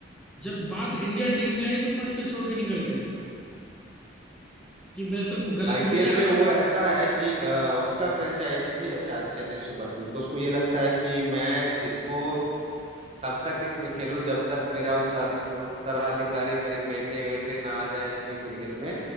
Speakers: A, in the centre; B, on the right.
A: जब बात इंडिया टीम की आई तो पट से छोड़ के निकल गए कि मेरे से गलत
B: आईपीएल
A: हो गया
B: में
A: अब
B: वो ऐसा है कि अ, उसका फ्रेंचाइजी है शायद चेन्नई सुपर किंग तो उसको ये लगता है कि मैं इसको तब तक इसमें खेलूं जब तक मेरा उत्तराधिक उत्तराधिकारी मेरे बेटे वेटे ना आ जाए इसमें क्रिकेट में